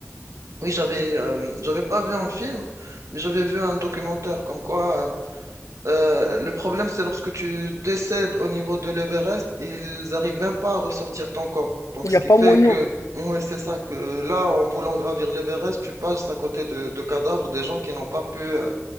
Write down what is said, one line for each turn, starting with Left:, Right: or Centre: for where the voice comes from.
Right: oui, j'avais euh, j'avais pas vu un film, mais j'avais vu un documentaire comme quoi Euh, le problème, c'est lorsque tu décèdes au niveau de l'Everest, ils arrivent même pas à ressortir ton corps. Donc,
Left: Il n'y
Right: ce
Left: a
Right: qui
Left: pas
Right: fait
Left: moyen.
Right: que, ouais, c'est ça, que là, en voulant gravir l'Everest, tu passes à côté de, de cadavres des gens qui n'ont pas pu euh,